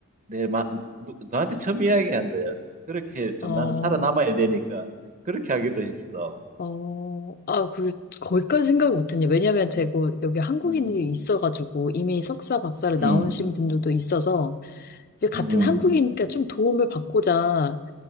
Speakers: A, on the right; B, on the left.
A: 내 마, 누, 너한테 처음 이야기한 거야. 그렇게 좀
B: 어,
A: 나는 살아남아야 되니까 그렇게 하기도 했어.
B: 어, 아, 그, 거기까지 생각 못했네. 왜냐면 제가 뭐 여기 한국인이
A: 음,
B: 있어가지고 이미 석사, 박사를 나오신
A: 음,
B: 분들도 있어서 이게 같은
A: 음,
B: 한국이니까 좀 도움을 받고자